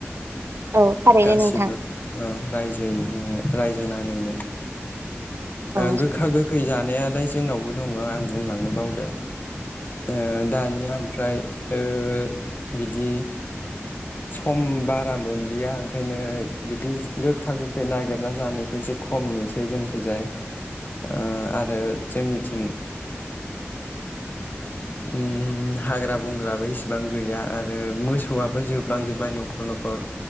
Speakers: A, on the right; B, on the left.
A: औ थारैनो
B: गासिबो
A: नोंथां
B: ओं जोयैनो नांनाय रायजो नाङैनो
A: औ
B: ओ गोखा गोखै जानाया लाय जोंनावबो दङ आं बुंलांनो बावदों ओ दानिया ओमफ्राय ओ बिदि सम बारा मोनलिया ओंखायनो बिदि गोखा गोखै नागिरना जानायखौ एसे खम नुसै जोंखैजाय ओ आरो जोंनिथिं ओम हाग्रा बंग्राबो इसेबां गैया आरो मोसौयाबो जोबलांजोब्बाय नखर नखर